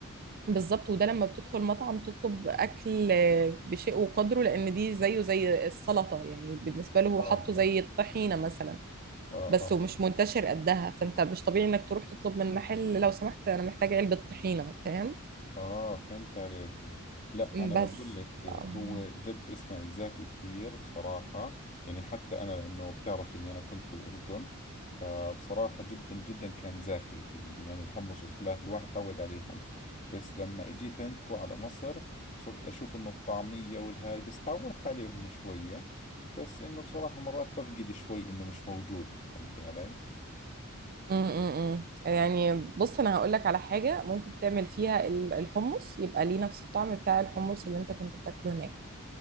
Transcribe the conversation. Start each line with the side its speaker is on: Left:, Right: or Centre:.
Right: بالظبط وده لما بتدخل مطعم تطلب اكل آه، بشيء وقدره لان دي زيه زي السلطه يعني بالنسبه له هو
Left: اه
Right: حاطه
Left: اه
Right: زي الطحينه مثلا
Left: اه
Right: بس
Left: اه
Right: ومش منتشر قدها فانت مش طبيعي انك تروح تطلب من محل لو سمحت انا محتاجه علبه طحينه فاهم
Left: اه فهمت عليك لا انا
Right: بس
Left: بقول لك هو
Right: م-
Left: جد اسمعي زاكي كثير بصراحة يعني حتى انا لانه بتعرف اني انا كنت بالاردن فبصراحة جدا جدا كان زاكي ال- يعني الحمص والفلافل الواحد تعود عليهم بس لما اجيت عندكم على مصر صرت اشوف انه الطعمية والهاي بس تعودت عليهم شوية بس انه بصراحة مرات بفقد شوي انه مش موجود فهمتي علي
Right: م- م. يعني بص انا هقول لك على حاجه ممكن تعمل فيها ال- الحمص يبقى ليه نفس الطعم بتاع الحمص اللي انت كنت بتاكله هناك